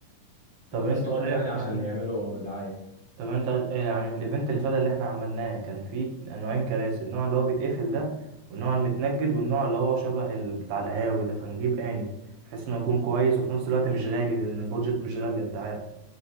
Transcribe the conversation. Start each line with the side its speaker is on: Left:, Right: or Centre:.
Right: طب
Left: والناس
Right: أنت
Left: تقعد
Right: شايف
Left: يعني عشان
Right: هن-
Left: يعملوا دعايه
Right: طب أنت آه، يعني من الإيفنت اللي فات اللي احنا عملناه كان فيه نوعين كراسي النوع اللي هو بيتقفل ده والنوع المتنجد والنوع اللي هو شبه ال- بتاع القهاوي ده فنجيب آني بحيث إنه يكون كويس وفي نفس الوقت مش غالي لأن البودجت مش غالي أنت عارف